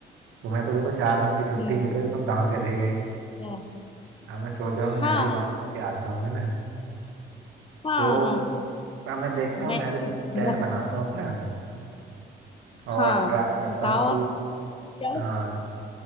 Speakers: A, on the right; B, on the left.
A: तुम्हें तो देखो चार दिन की छुट्टी
B: हम्म
A: मिली तो तुम गाँव चले गए
B: हाँ
A: अब मैं सोच रहा हूँ
B: हाँ
A: मैं भी गाँव के आता हूँ है ना
B: हाँ
A: तो
B: हाँ,
A: अब मैं देखता
B: मैं
A: हूँ मैं भी कुछ प्लान
B: मैं-
A: बनाता हूँ अपना
B: हाँ
A: और ट्राई करता
B: गाँव
A: हूँ कि
B: आओ, जाओ
A: हाँ